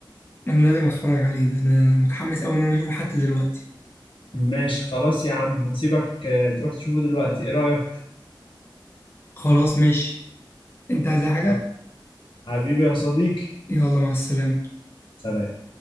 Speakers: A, on the left (about 25°); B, on the left (about 85°).
A: أنا لازم أتفرج عليه ده أنا متحمس أوي إن أنا أشوفه حتى دلوقتي
B: ماشي خلاص يا عم هسيبك آه، تروح تشوفه دلوقتي ايه رأيك
A: خلاص ماشي أنت عايز أي حاجة؟
B: آه. حبيبي يا صديقي
A: يلا مع السلامة
B: سلام